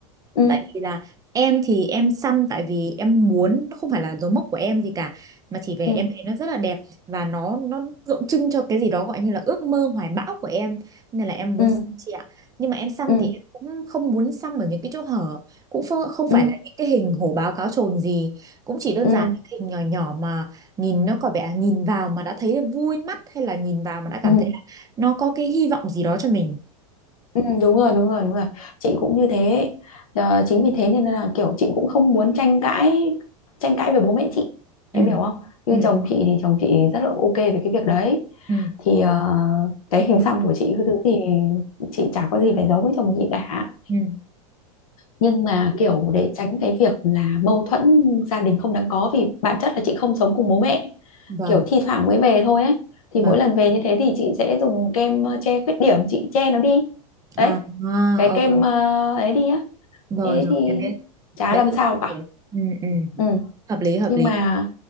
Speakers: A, on the left; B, on the right.
A: ừ
B: tại vì là em thì em xăm tại vì em muốn nó không phải là dấu mốc của em gì cả mà chỉ về
A: ừ
B: em thấy nó rất là đẹp và nó nó tượng trưng cho cái gì đó gọi như là ước mơ hoài bão của em nên là em muốn
A: ừ
B: xăm chị ạ nhưng mà em xăm
A: ừ
B: thì em cũng không muốn xăm ở những cái chỗ hở cũng phơ- không
A: ừ
B: phải là những cái hình hổ báo cáo chồn gì cũng chỉ đơn
A: ừ
B: giản
A: ừ
B: là cái hình nhỏ nhỏ mà nhìn nó có vẻ là nhìn vào mà đã thấy vui mắt hay là nhìn vào mà đã cảm
A: ừ.
B: thấy là nó có cái hy vọng gì đó cho mình
A: Ừ, đúng rồi đúng rồi đúng rồi chị cũng như thế Ờ, chính vì thế nên là kiểu chị cũng không muốn tranh cãi tranh cãi với bố mẹ chị em
B: ừ
A: hiểu không như
B: ừ
A: chồng chị thì chồng chị rất là ok về cái việc đấy
B: ừ
A: thì ờ, cái hình xăm của chị cái thứ thì chị chả có gì phải giấu với chồng chị cả
B: ừ
A: nhưng mà kiểu để tránh cái việc là mâu thuẫn gia đình không đáng có vì bản chất là chị không sống cùng bố mẹ
B: vâng
A: kiểu thi thoảng mới về thôi ấy thì
B: vâng
A: mỗi lần về như thế thì chị sẽ dùng kem ờ, che khuyết điểm chị che nó đi
B: À,
A: đấy
B: à,
A: cái kem
B: ờ
A: ờ, ấy đi á
B: rồi
A: thế
B: rồi
A: thì
B: em biết
A: chả
B: mấy
A: làm
B: cái
A: sao
B: suy nghĩ
A: cả
B: đấy. ừ, ừ.
A: ừ.
B: hợp lý hợp
A: nhưng
B: lý
A: mà